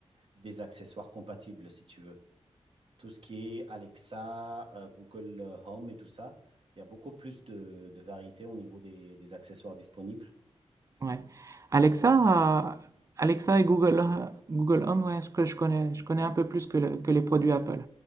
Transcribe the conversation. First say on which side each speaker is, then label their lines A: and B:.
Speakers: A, on the right (about 55°); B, on the right (about 30°).
A: des accessoires compatibles, si tu veux. Tout ce qui est Alexa, euh, Google Home et tout ça, il y a beaucoup plus de, de variété au niveau des, des accessoires disponibles.
B: Ouais. Alexa, euh, Alexa et Google, euh, Google Home, ouais, ce que je connais, je connais un peu plus que, le- que les produits Apple.